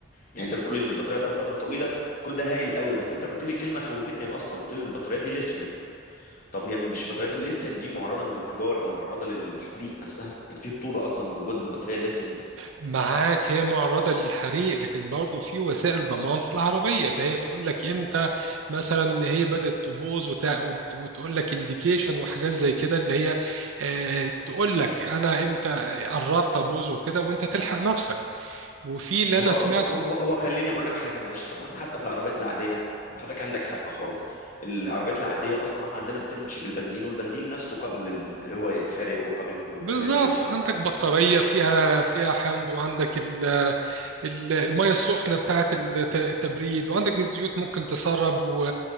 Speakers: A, on the left; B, on the right.
A: يعني انت بتقولي ان البطاريه هتقعد فتره طويله كل ده هايل قوي بس انت قلت لي كلمه خوفتني اصلا قلت لي ان البطاريات دي ليثيوم طب هي مش بطاريات الليثيوم دي معرضه للانفجار او معرضه للحريق نفسها يعني في خطوره اصلا من وجود البطاريه الليثيوم
B: معاك هي معرضة للحريق لكن برضو في وسائل ضمان في العربية اللي هي تقول لك امتى مثلا هي بدأت تبوظ وتع- وت- وتقول لك انديكيشن وحاجات زي كده اللي هي آه، تقول لك انا امتى قربت ابوظ وكده وانت تلحق نفسك وفي اللي
A: هو
B: انا
A: هو
B: سمعته
A: هو هو خليني اقول لك حاجه معلش طب ما احنا حتى في العربيات العاديه يعني حضرتك عندك حق خالص العربيات العاديه اصلا ما احنا عندنا بتمشي بالبنزين والبنزين نفسه قابل ال- هو يتحرق وقابل انه يبقى
B: بالظبط
A: يعمل مشاكل
B: عندك بطارية فيها فيها حمض وعندك ال- المية السخنة بتاعة الت- التبريد وعندك الزيوت ممكن تسرب و...